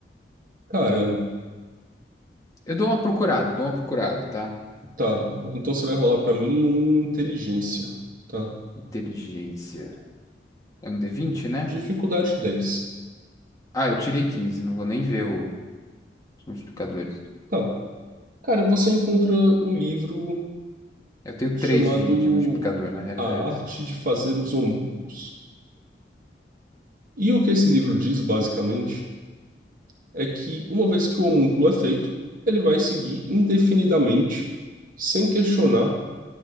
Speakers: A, on the right; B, on the left.
A: Cara,
B: Eu dou uma procurada, dou uma procurada, tá?
A: tá. Então você vai rolar pra mim um inteligência, tá?
B: Inteligência. É um D20, né?
A: Dificuldade dez,
B: Ah, eu tirei 15, não vou nem ver o- os multiplicadores.
A: Tá. Cara, você encontra um livro
B: Eu tenho
A: chamado
B: 3 de, de multiplicador, na realidade.
A: A Arte de Fazer os Homúnculos. E o que esse livro diz, basicamente, é que uma vez que o homúnculo é feito, ele vai seguir indefinidamente, sem questionar